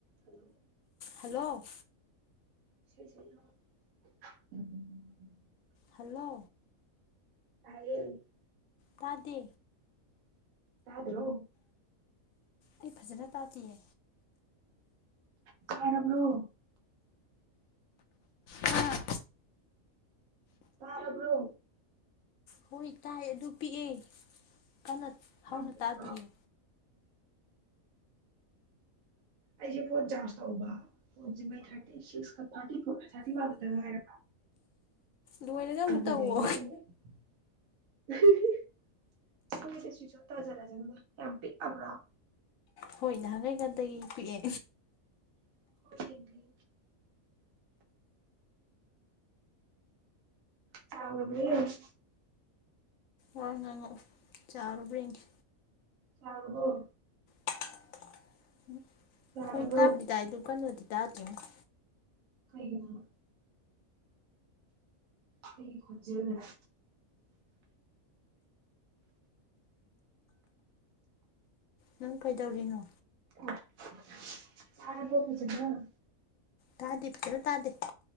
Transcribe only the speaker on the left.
ꯍꯜꯂꯣ
ꯍꯂꯣ
ꯇꯥꯗꯦ
ꯑꯩ ꯐꯖꯅ ꯇꯥꯗꯤꯌꯦ꯫
ꯑꯥ
ꯍꯣꯏ ꯇꯥꯏ ꯑꯗꯨ ꯄꯤꯛꯑꯦ꯫ ꯀꯟꯅ
ꯍꯧꯅ
ꯇꯥꯗꯤꯌꯦ꯫
ꯂꯣꯏꯔꯒ ꯑꯃꯨꯛ
ꯇꯧꯋꯣ
ꯍꯣꯏ ꯅꯍꯥꯟꯉꯩ ꯒꯇꯒꯤ ꯄꯤꯛꯑꯦ꯫
ꯋꯥ ꯉꯪꯉꯛꯑꯣ ꯆꯥꯎꯔꯕ꯭ꯔ ꯌꯦꯡꯒꯦ꯫
<unintelligible>
ꯍꯣꯏ ꯇꯥꯕꯨꯗꯤ ꯇꯥꯏ ꯗꯨ ꯀꯥꯟꯅꯗꯤ꯫ ꯇꯥꯗꯦꯉꫭ꯫
ꯅꯪ ꯀꯩꯗꯧꯔꯤꯅꯣ꯫
ꯇꯥꯗꯦ ꯐꯖꯅ ꯇꯥꯗꯦ꯫